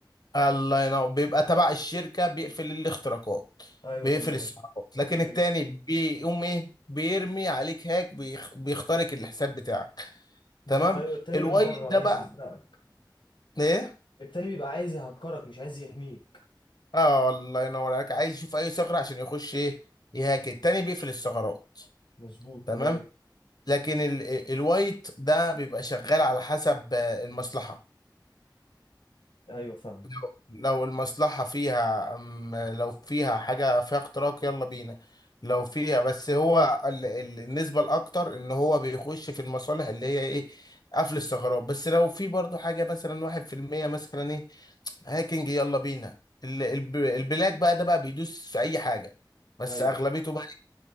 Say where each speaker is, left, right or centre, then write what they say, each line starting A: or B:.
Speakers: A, on the left (about 55°); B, on the left (about 75°).
A: الله ينور بيبقى تبع الشركة بيقفل الاختراقات
B: ايوه
A: بيقفل
B: تمام
A: السحقات لكن
B: فهمت
A: التاني بيقوم ايه بيرمي عليك هاك بيخ... بيخترق الحساب بتاعك
B: مم،
A: تمام
B: ايوه التاني
A: الوايت
B: من بره
A: ده
B: عايز
A: بقى
B: يسرقك
A: ايه
B: التاني بيبقى عايز يهكرك مش عايز يحميك
A: اه الله ينور عليك عايز يشوف اي ثغرة عشان يخش ايه يهاك التاني بيقفل الثغرات
B: مظبوط
A: تمام
B: تمام
A: لكن ال... ال- الوايت ده بيبقى شغال على حسب آه، المصلحة
B: ايوه فاهم
A: لو لو المصلحة فيها أم لو فيها حاجة فيها اختراق يلا بينا لو فيها بس هو ال- ال- النسبة الأكتر إن هو بيخش في المصالح اللي هي إيه قفل الثغرات بس لو في برضو حاجة مثلا واحد في المية مثلا إيه هاكينج يلا بينا ال- الب- البلاك بقى ده بقى بيدوس في أي حاجة بس
B: ايوه
A: أغلبيته بقى